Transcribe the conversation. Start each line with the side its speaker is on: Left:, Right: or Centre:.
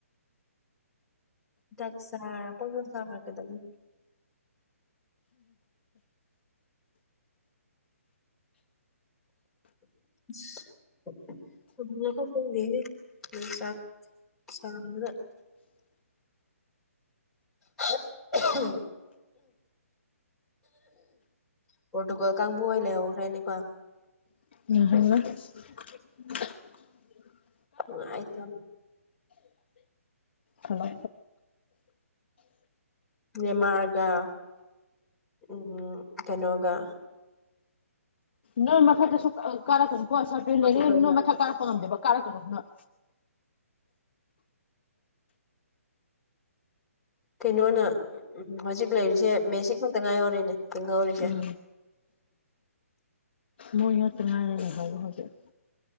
Centre: ꯍꯤꯗꯥꯛ ꯆꯥꯔꯥ ꯄꯪꯆꯥ ꯆꯥꯔ ꯀꯩꯗꯧꯅꯤ ꯑꯁ <unintelligible> <unintelligible> ꯄꯣꯔꯇꯨꯒꯜ ꯀꯥꯡꯕꯨ ꯍꯣꯏ ꯂꯩꯍꯧꯈ꯭ꯔꯦꯅꯦꯀꯣ
Left: ꯂꯩꯍꯧꯔꯦ
Centre: ꯅꯨꯉꯥꯢꯇꯝꯅ
Left: ꯍꯜꯂꯣ
Centre: ꯅꯦꯃꯥꯔꯒ ꯎꯝ ꯀꯩꯅꯣꯒ
Left: ꯅꯣꯏ ꯃꯊꯛꯇ ꯁꯨꯀꯥ ꯀꯥꯔꯛꯀꯅꯨ ꯀꯣ ꯁꯔꯄꯦꯟ
Centre: ꯄꯣꯔꯇꯨꯒꯜꯒ
Left: ꯂꯩꯔꯤꯉꯩ ꯅꯣꯏ ꯃꯊꯛ ꯀꯥꯔꯛꯄ ꯉꯝꯗꯦꯕ ꯀꯥꯔꯛꯀꯅꯨ ꯅꯣꯢ
Centre: ꯀꯩꯅꯣꯅ ꯎꯝ ꯍꯧꯖꯤꯛ ꯂꯩꯔꯤꯁꯦ ꯃꯦꯁꯤ ꯈꯛꯇ ꯉꯥꯏꯍꯧꯔꯦꯅꯦ ꯍꯤꯡꯍꯧꯔꯤꯁꯦ
Left: ꯎꯝ ꯃꯣꯏ ꯉꯥꯥꯛꯇ ꯉꯥꯢꯔꯦ ꯂꯩꯍꯧꯕ ꯍꯧꯖꯤꯛ